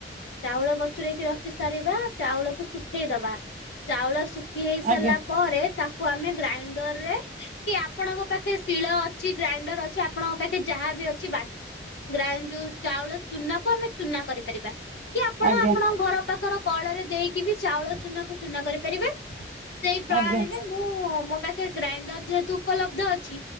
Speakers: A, on the left (about 75°); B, on the right (about 40°).
A: ଚାଉଳ ବତୁରେଇକି ରଖି ସାରିବା ଚାଉଳକୁ ଶୁଖେଇଦବା ଚାଉଳ ଶୁଖି ହେଇ ସାରିଲା
B: ଆଜ୍ଞା
A: ପରେ ତାକୁ କୁ ଆମେ ଗ୍ରାଇଣ୍ଡରରେ କି ଆପଣଙ୍କ ପାଖେ ଶିଳ ଅଛି ଗ୍ରାଇଣ୍ଡର ଅଛି ଆପଣଙ୍କ ପାଖେ ଯାହାବି ଅଛି ବା ଗ୍ରାଇ ଯୋଉ ଚାଉଳ ଚୁନାକୁ ଆମେ ଚୁନା କରିପାରିବା। କି ଆପଣ
B: ଆଜ୍ଞା
A: ଆପଣଙ୍କ ଘର ପାଖର କଳରେ ଦେଇକି ବି ଚାଉଳ ଚୁନା କୁ ଚୁନା କରିପାରିବେ ସେଇ ପ୍ରଣାଳୀରେ
B: ଆଜ୍ଞା
A: ମୁଁ ମୋ ପାଖେ ଗ୍ରାଇଣ୍ଡର ଯେହେତୁ ଉପଲବ୍ଧ ଅଛି